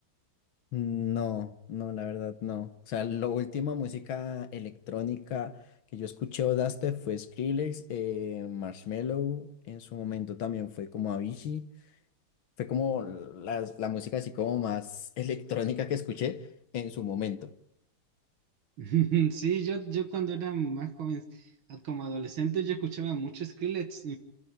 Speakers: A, on the left (about 80°); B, on the right (about 85°).
A: No, no, la verdad no. O sea, la última música electrónica que yo escuché o daste fue Skrillex, eh, Marshmello, en su momento también fue como Avicii. Fue como la, la música así como más <laughs> electrónica que escuché en su momento.
B: <laughs> Sí, yo, yo cuando era más joven, a- como adolescente, yo escuchaba mucho Skrillex.